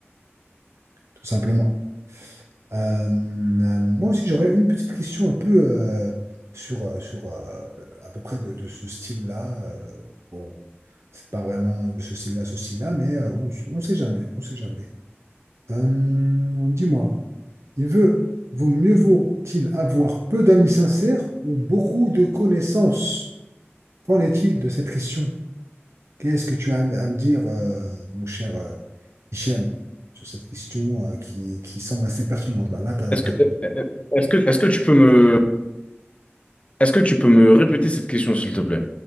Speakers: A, on the right; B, on the left.
A: tout simplement. Euh, euh, moi aussi, j'aurais une petite question un peu euh, sur, euh, sur euh, à peu près de, de ce style-là. euh, bon, c'est pas vraiment ce style-là, ce style-là, mais euh, on, s- on sait jamais, on sait jamais. Euh, dis-moi, il veut, vaut mieux vaut-il avoir peu d'amis sincères ou beaucoup de connaissances? Qu'en est-il de cette question? Qu'est-ce que tu as à me dire, euh, mon cher euh, Hichem, sur cette question euh, qui, qui semble assez pertinente? Bah, là, t'as,
B: Est-ce
A: t'as-
B: que, euh, euh, est-ce que, est-ce que tu peux me, est-ce que tu peux me répéter cette question, s'il te plaît?